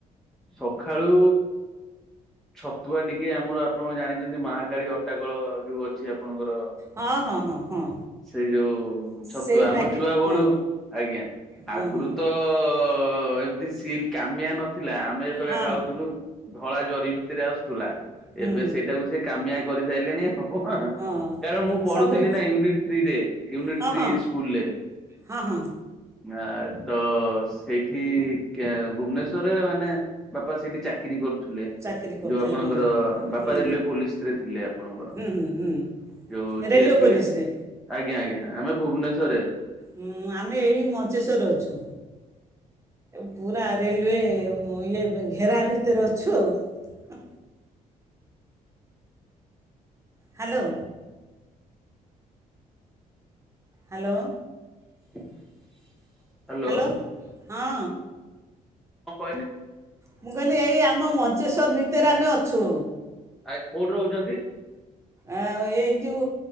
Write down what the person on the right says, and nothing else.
ହଁ ହଁ ହଁ ହଁ
ସେଇ
ପ୍ୟାକେଟ୍
ହଁ
ହଁ
ହଁ
ହଁ
ହୁଁ
ହଁ
ସବୁ
ହଁ
ହଁ
ହଁ ହଁ।
ଚାକିରି କରୁଥିଲେ
ହଁ
ହୁଁ
ହୁଁ ହୁଁ ହୁଁ
ରେଲୱେ
ପୋଲିସରେ
ହୁଁ ଆମେ ଏଇ ମଞ୍ଚେଶ୍ଵରରେ ଅଛୁ। ପୁରା ରେଲୱେ ଇଏ ଘେରା ଭିତରେ ଅଛୁ ଆଉ ହ୍ୟାଲୋ। ହ୍ୟାଲୋ।
ହ୍ୟାଲୋ
ହଁ।
ମୁଁ କହିଲି ଏଇ ଆମ ମଞ୍ଚେଶ୍ଵର ଭିତରେ ଆମେ ଅଛୁ।
ଏ ଏଇ ଯଉ